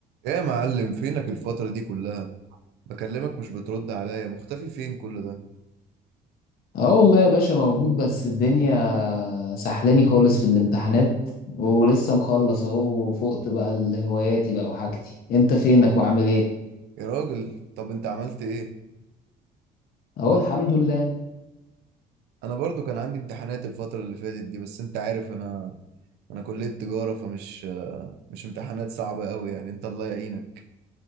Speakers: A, on the right; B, on the left.
A: ايه يا معلم فينك الفترة دي كلها بكلمك مش بترد عليا مختفي فين كل ده
B: اه والله يا باشا موجود بس الدنيا سحلاني خالص في الامتحانات ولسه مخلص اهو وفقت بقى لهواياتي بقى وحاجتي انت فينك وعامل ايه
A: يا راجل طب انت عملت ايه
B: اهو الحمد لله
A: انا برضو كان عندي امتحانات الفترة اللي فاتت دي بس انت عارف انا انا كلية تجارة فمش مش امتحانات صعبة قوي يعني انت الله يعينك